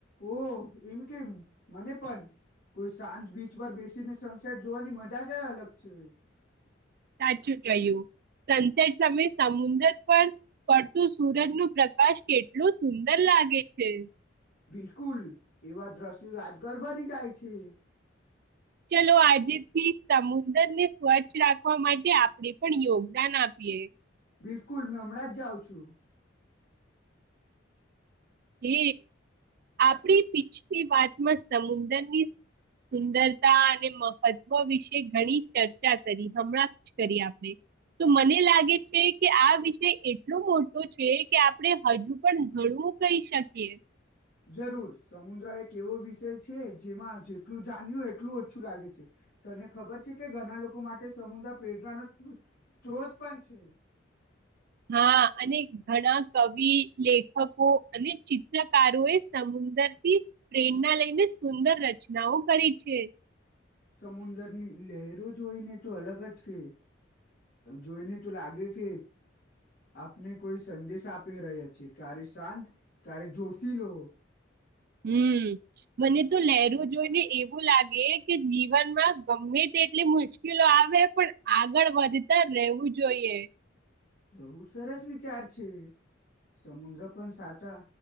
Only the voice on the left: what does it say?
ઓ એમ કેમ મને પણ કોઈ શાંત બીજ પર બેસીને સનસેટ જોવાની મજા જ અલગ છે.
બિલકુલ એવા દ્રશ્યો યાદગાર બની જાય છે.
બિલકુલ મેં હમણાં જ જાઉં છું.
જરૂર સમુદ્ર એક એવો વિષય છે જેમાં જેટલું જાણ્યું એટલું ઓછું લાગે છે તને ખબર છે કે ઘણા લોકો માટે સમુદ્ર પેઢવાનો સ્ત્રોત પણ છે.
સમુદરની લહેરો જોઈને તો અલગ જ કે જોઈને તો લાગે કે આપને કોઈ સંદેશ આપી રહ્યા છે ક્યારે શાંત ક્યારે જોશી લો.
બહુ સરસ વિચાર છે સમુદ્ર પણ સાતા